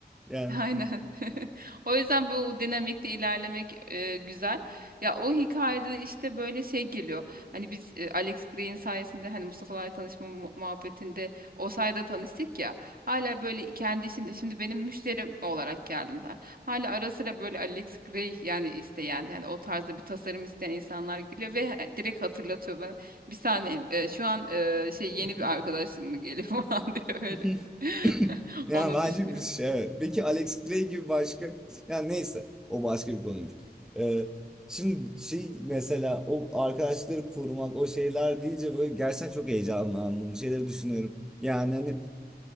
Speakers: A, in the centre; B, on the right (about 60°).
A: Yani.
B: Aynen. <laughs> O yüzden böyle o dinamikte ilerlemek e, güzel. Ya o hikayede işte böyle şey geliyor. Hani biz e, Alex Gray'in sayesinde hani Mustafa'larla tanışma mu- muhabbetinde o sayede tanıştık ya. Hala böyle kendi işinde şimdi benim müşterim olarak geldiler. Hala ara sıra böyle Alex Gray yani isteyen yani o tarzda bir tasarım isteyen insanlar geliyor ve he- direkt hatırlatıyor bana. Bir saniye e, şu an e, şey yeni
A: <laughs>
B: bir arkadaşın mı geliyor <laughs> falan diyor öyle.
A: <laughs>
B: <laughs>
A: Yani
B: Onu
A: bence
B: düşünüyorum.
A: bir şey evet. Peki Alex Gray gibi başka yani neyse o başka bir konuymuş. Ee, şimdi şey mesela o arkadaşları korumak o şeyler deyince böyle gerçekten çok heyecanlandım. Bu Şeyleri düşünüyorum. Yani hani